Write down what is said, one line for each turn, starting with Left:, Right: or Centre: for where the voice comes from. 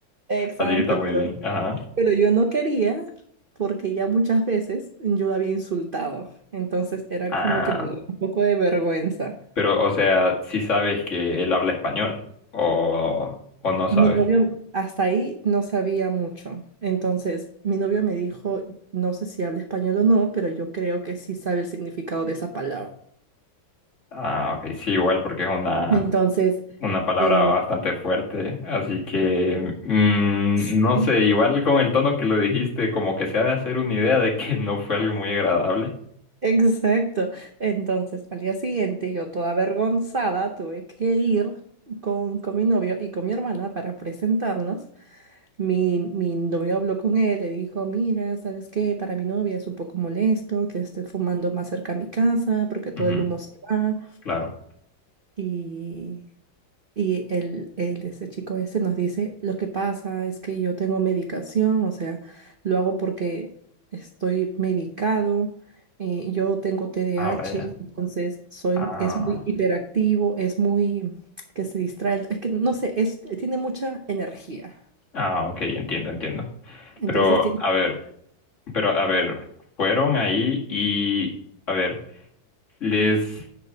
Right: exacto,
Left: Así que está muy
Right: pero
Left: bien. Ajá.
Right: Pero yo no quería porque ya muchas veces yo la había insultado. Entonces era
Left: Ah,
Right: como que me daba un poco de vergüenza.
Left: pero, o sea, si sabes que él habla español o, o no sabes.
Right: Mi novio hasta ahí no sabía mucho. Entonces mi novio me dijo, no sé si habla español o no, pero yo creo que sí sabe el significado de esa palabra.
Left: Ah, ok, sí, igual porque es una,
Right: Entonces,
Left: una palabra
Right: eh,
Left: bastante fuerte, así que mm,
Right: <laughs>
Left: no sé, igual con el tono que lo dijiste, como que se ha de hacer una idea de que no fue algo muy agradable.
Right: exacto. Entonces al día siguiente yo toda avergonzada tuve que ir con, con mi novio y con mi hermana para presentarnos. Mi, mi novio habló con él, le dijo, mira, ¿sabes qué? Para mi novia es un poco molesto que esté fumando más cerca a mi casa porque todo
Left: Ujú,
Right: el humo se va.
Left: claro.
Right: Y, y el el este chico este nos dice, lo que pasa es que yo tengo medicación, o sea, lo hago porque estoy medicado, eh, yo tengo T D
Left: Ah,
Right: A H
Left: vaya.
Right: entonces soy,
Left: Ah,
Right: es muy hiperactivo, es muy, que se distrae, es que no sé, es, tiene mucha energía.
Left: ah, ok, entiendo, entiendo.
Right: Entonces
Left: Pero,
Right: tiene
Left: a ver, pero, a ver, fueron ahí y, a ver, les,